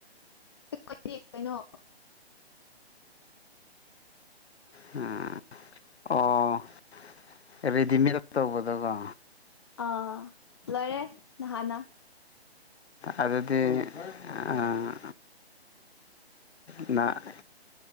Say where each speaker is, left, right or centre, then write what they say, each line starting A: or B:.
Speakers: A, on the left (about 25°); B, on the left (about 75°).
A: ꯑꯩꯈꯣꯏ ꯗꯤ ꯀꯩꯅꯣ
B: ꯎꯝ ꯑꯣ ꯔꯦꯗꯤꯃꯦꯗ ꯇꯧꯕꯗꯀꯣ
A: ꯑꯥ ꯂꯣꯏꯔꯦ ꯅꯍꯥꯟꯅ
B: ꯑꯗꯨꯗꯤ ꯑꯥ ꯅ